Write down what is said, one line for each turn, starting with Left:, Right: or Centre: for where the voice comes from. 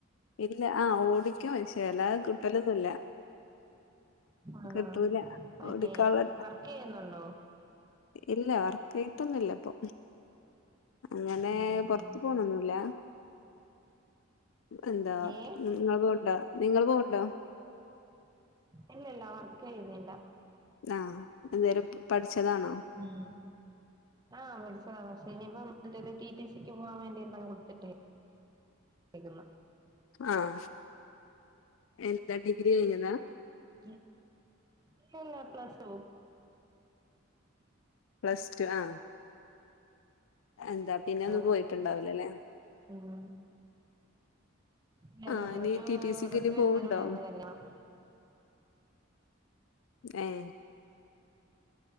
Left: ഇല്ല. ആഹ് ഓടിക്കും. ശെ ല്ലാതെ കിട്ടലൊന്നുല്ല.
Right: ആഹാ
Left: കിട്ടൂല.
Right: മറ്റേ
Left: ഒടുക്കാ ള്ളെ
Right: വർക്ക് ചെയ്യുന്നുണ്ടോ
Left: ഇല്ല വർക്കയിട്ടൊന്നു ല്ല പ്പൊ. ങ്ങനെ
Right: ആഹ്
Left: പൊറത്ത് പോണൊന്നുല്ല. എന്താ
Right: ഏഹ്
Left: നിങ്ങൾ പോണ്ടൊ? നിങ്ങൾ പോവുണ്ടോ?
Right: ഇല്ലില്ല. വർക്കയ്യുന്നില്ല.
Left: ആഹ് എന്തേലും പഠിച്ചതാണോ?
Right: ഉം ആഹ് പഠിച്ചതാ. പക്ഷെ ഇനിപ്പം തിന് ടി ടി സിക്ക് പോവാൻ വേണ്ടി ണ്ടാവു തെക്കേ ട്ടേക്കുന്ന്.
Left: ആഹ് എന്താ ഡിഗ്രി കഴിഞ്ഞതാ?
Right: ഉം ഇല്ലില്ല. Plus
Left: plus two. ആഹ് എന്താ പിന്നെ
Right: അങ്ങനെ
Left: ഒന്ന് പോയിട്ടുണ്ടാവില്ല ലെ.
Right: ഉം ഇല്ലല്ല
Left: ആഹ്
Right: പ്ലസ്
Left: ഇനി
Right: ടു
Left: ടി ടിസിക്ക്
Right: റിസൾട്ട്
Left: ഇനി പോവുണ്ടോ?
Right: വരുന്നതിന് മുന്നെയായിരുന്നു കല്യാണം
Left: ഏഹ്